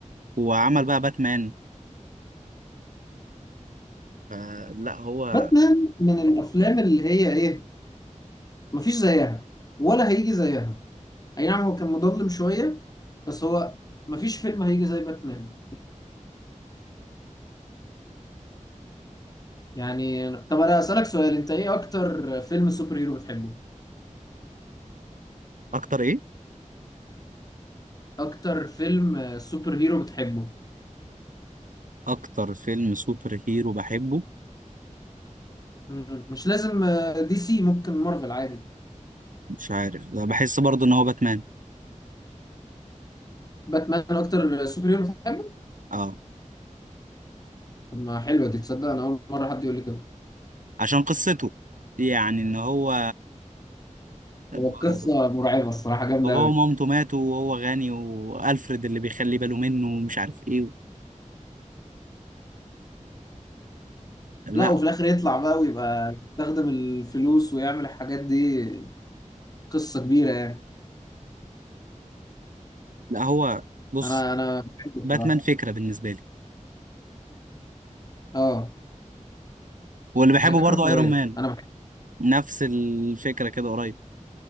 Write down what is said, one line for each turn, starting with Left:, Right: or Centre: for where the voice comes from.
Right: وعمل بقى باتمان فلا هو
Left: باتمان من الافلام اللي هي ايه مفيش زيها ولا هيجي زيها اي نعم هو كان مظلم شويه بس هو مفيش فيلم هيجي زي باتمان يعني طب انا اسالك سؤال انت ايه اكتر فيلم سوبر هيرو بتحبه
Right: أكتر إيه؟
Left: اكتر فيلم آه، سوبر هيرو بتحبه
Right: أكتر فيلم سوبر هيرو بحبه
Left: م- مش لازم آه، دي سي ممكن مارفل عادي
Right: مش عارف لا، بحس برضه إن هو باتمان
Left: باتمان اكتر سوبر هيرو بتحبه
Right: أه
Left: طب ما حلوه دي تصدق انا اول مره حد يقول لي كده
Right: عشان قصته يعني إن هو ب-
Left: هو القصه مرعبه الصراحه جامده
Right: باباه
Left: قوي
Right: ومامته ماتوا وهو غني وألفريد اللي بيخلي باله منه ومش عارف إيه و... لا
Left: لا وفي الاخر يطلع بقى ويبقى يستخدم الفلوس ويعمل الحاجات دي قصه كبيره يعني
Right: لا هو بص
Left: انا انا بحبه الصراحه
Right: باتمان فكرة بالنسبة لي
Left: اه
Right: واللي بحبه
Left: بس هي فكره
Right: برضه
Left: قويه
Right: أيرون مان
Left: انا بحب
Right: نفس الفكرة كده قريب